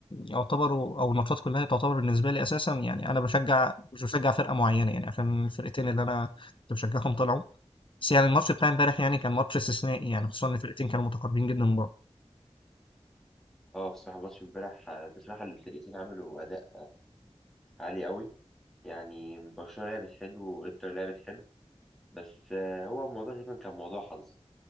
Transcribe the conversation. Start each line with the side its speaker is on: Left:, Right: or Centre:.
Left: يعتبروا او الماتشات كلها تعتبر بالنسبه لي اساسا يعني انا بشجع مش بشجع فرقه معينه يعني عشان الفرقتين اللي انا كنت بشجعهم طلعوا بس يعني الماتش بتاع امبارح يعني كان ماتش
Centre: <laughs>
Left: استثنائي يعني خصوصا ان الفرقتين كانوا متقاربين جدا من بعض
Centre: اه بصراحه ماتش امبارح آه، بصراحه الفرقتين عملوا اداء عالي قوي يعني برشلونة لعبت حلو وانتر لعبت حلو بس آه، هو الموضوع تقريبا كان موضوع حظ